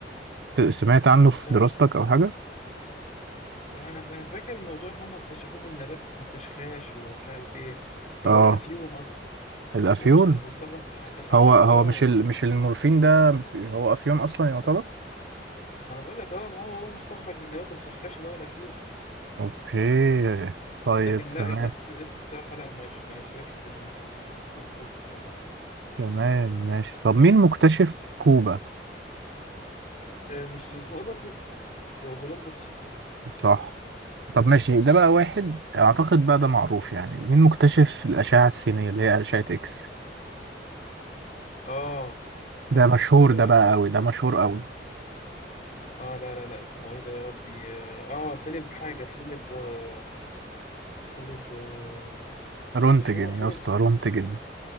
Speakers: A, on the right; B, on the left.
A: ت- سمعت عنه في
B: لا
A: دراستك او حاجه
B: لا أنا أنا فاكر الموضوع إن هم اكتشفوه من نبات اسمه خشخاش ومش عارف إيه اللي
A: اه
B: هو الأفيون أصلا
A: الافيون
B: ومش عارف واستخدم كمادة فعالة
A: هو هو
B: اه
A: مش ال... مش المورفين ده هو افيون اصلا يعتبر
B: ما انا بقول لك اه ما هو هو مستخرج من نبات الخشخاش اللي هو الافيون
A: اوكي طيب
B: لكن لا
A: تمام
B: الاسم الاسم بصراحه لا مش مش راكب في دماغي عشان ما سمعتوش بصراحه قبل كده
A: تمام ماشي طب مين مكتشف كوبا
B: آه مش اسمه ايه برضو كو- كولومبوس
A: صح طب ماشي ده بقى واحد اعتقد بقى ده معروف يعني مين مكتشف الاشعه السينيه اللي هي اشعه اكس
B: اه اه
A: ده
B: لا
A: مشهور
B: استنى
A: ده
B: بقى
A: بقى
B: أحاول
A: قوي
B: أجيب.
A: ده مشهور قوي
B: اه لا لا لا اسمه ايه ده يا ربي اه آه، فيليب حاجه فيليب رو... فيليب آه
A: رونتجن
B: مش هو فيليب
A: يا اسطى رونتجن